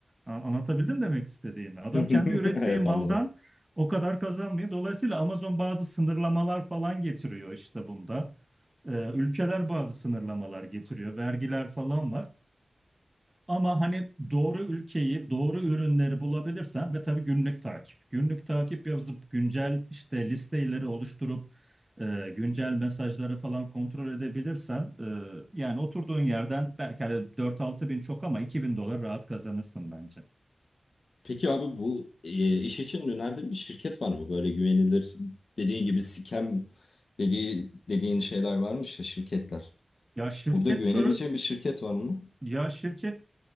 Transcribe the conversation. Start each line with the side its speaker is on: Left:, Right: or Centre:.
Right: A- Anlatabildim demek istediğimi. Adam
Left: <laughs>
Right: kendi ürettiği
Left: Evet
Right: maldan
Left: anladım.
Right: o kadar kazanmıyor. Dolayısıyla Amazon bazı sınırlamalar falan getiriyor işte bunda. Ee, ülkeler bazı sınırlamalar getiriyor. Vergiler falan var. Ama hani doğru ülkeyi, doğru ürünleri bulabilirsen ve tabii günlük takip. Günlük takip yazıp güncel işte listeleri oluşturup e, güncel mesajları falan kontrol edebilirsen e, yani oturduğun yerden belki hani 4-6 bin çok ama 2 bin dolar rahat kazanırsın bence.
Left: Peki abi bu e, iş için önerdiğin bir şirket var mı? Böyle güvenilir dediğin gibi scam dediği, dediğin şeyler varmış ya şirketler.
Right: Ya şirket
Left: Burada güvenebileceğin
Right: şöyle,
Left: bir şirket var mı?
Right: Ya şirket